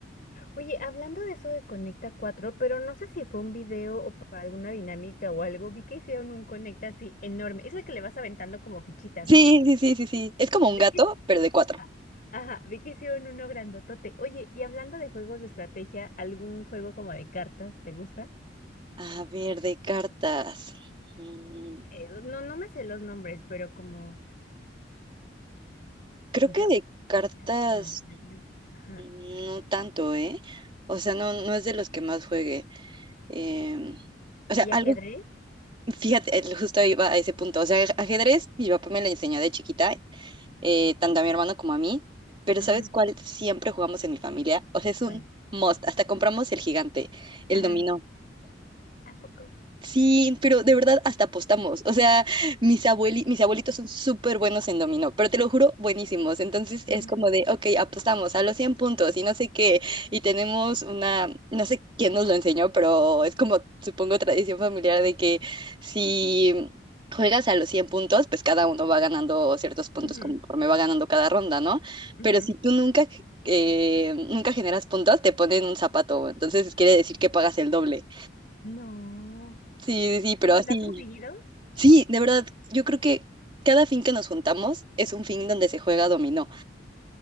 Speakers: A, on the left; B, on the right.
A: Oye, hablando de eso de Conecta cuatro, pero no sé si fue un video o para alguna dinámica o algo, vi que hicieron un Conecta así enorme. Es el que le vas aventando como fichitas,
B: Sí,
A: ¿no?
B: sí, sí, sí, sí. Es como un
A: Ve
B: gato,
A: que-
B: pero de cuatro.
A: Ah, Ajá, vi que hicieron uno grandotote. Oye, y hablando de juegos de estrategia, ¿algún juego como de cartas te gusta?
B: A ver, de cartas. Mm,
A: Eh, no, no me sé los nombres, pero como
B: creo
A: yo,
B: que de cartas
A: Ya- No, ya con el- Ajá.
B: no tanto, ¿eh? O sea, no, no es de los que más juegue. Em, o sea,
A: ¿Y
B: algo,
A: ajedrez?
B: fíjate, eh, justo iba a ese punto. O sea, ajedrez, mi papá me lo enseñó de chiquita, eh, tanto a mi hermano como a mí. Pero
A: Ajá,
B: ¿sabes cuál siempre jugamos en mi familia? O sea, es un
A: vale.
B: must. Hasta compramos el gigante, el
A: Ajá.
B: dominó.
A: ¿A poco?
B: Sí, pero de verdad hasta apostamos. O sea, mis abueli, mis abuelitos son súper buenos en dominó, pero te lo juro, buenísimos. Entonces es
A: Ujú,
B: como de, ok, apostamos a los 100 puntos y no sé qué. Y tenemos una, no sé quién nos lo enseñó, pero es como, supongo, tradición familiar de que si juegas a los 100 puntos, pues cada uno va ganando ciertos puntos
A: ujú,
B: conforme va ganando cada ronda, ¿no?
A: ujú.
B: Pero si tú nunca, eh, nunca generas puntos, te ponen un zapato. Entonces quiere decir que pagas el doble.
A: No.
B: Sí, sí, sí, pero
A: Oye,
B: así.
A: ¿la has conseguido?
B: Sí, de verdad, yo creo que cada fin que nos juntamos es un fin donde se juega dominó.